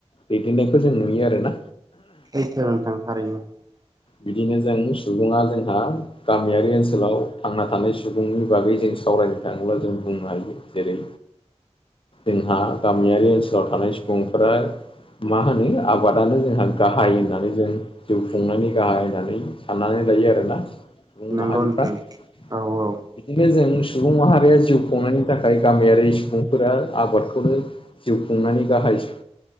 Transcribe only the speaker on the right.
सैथो नोंथां थारैनो।
नंगौ
नंगौ
नोंथां
औ औ